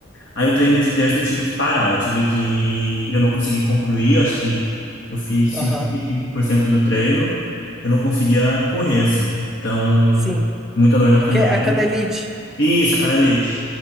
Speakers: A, on the left (about 55°); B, in the centre.
A: Aí o treino de terça eu tive que parar, eu tive que. Eu não consegui concluir, eu acho que eu fiz
B: Aham,
A: cinquenta e cinco por cento do treino, eu não conseguia correr, assim. Então,
B: sim.
A: muita dor na canela.
B: Que é a canelite.
A: Isso, a canelite.